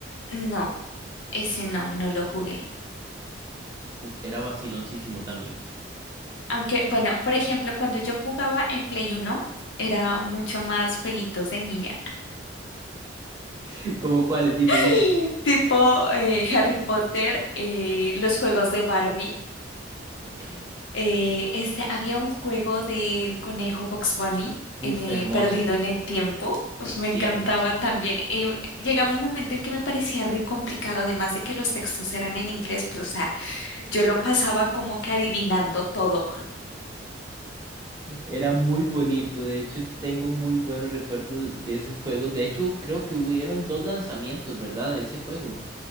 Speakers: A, on the left; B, on the right.
A: No, ese no, no lo jugué.
B: Uf, era vaciloncísimo también.
A: Aunque, bueno, por ejemplo, cuando yo jugaba en Play uno era mucho más jueguitos de niña.
B: <laughs> ¿Cómo cuáles? Dime,
A: <laughs>
B: dime.
A: Tipo eh, Harry Potter, eh, los juegos de Barbie.
B: Ok.
A: Eh, este, había un juego del conejo Box Bunny
B: Uf,
A: en, eh,
B: hermoso.
A: perdido en el tiempo. Pues
B: Sí,
A: me
B: sí,
A: encantaba
B: hermoso.
A: también. Eh, llegaba un momento en que me parecía re complicado, además de que los textos eran en inglés, pues, o sea, yo lo pasaba como que adivinando todo.
B: Era muy bonito. De hecho, tengo muy buenos recuerdos de esos juegos. De hecho, creo que hubieron dos lanzamientos, ¿verdad? De ese juego.